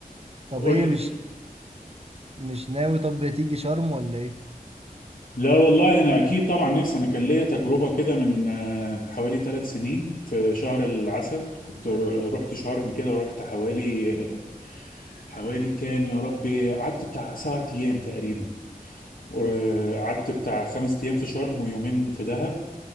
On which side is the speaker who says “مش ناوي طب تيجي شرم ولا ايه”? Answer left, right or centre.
Right